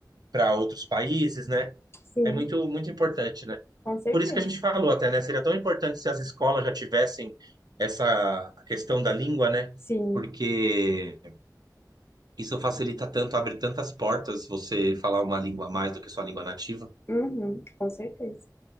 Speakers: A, on the right; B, on the left.
A: para outros países, né?
B: sim,
A: É muito, muito importante, né?
B: com certeza.
A: Por isso que a gente falou até, né? Seria tão importante se as escolas já tivessem essa questão da língua, né?
B: Sim,
A: Porque Isso facilita tanto, abre tantas portas você falar uma língua a mais do que sua língua nativa.
B: uhum, com certeza.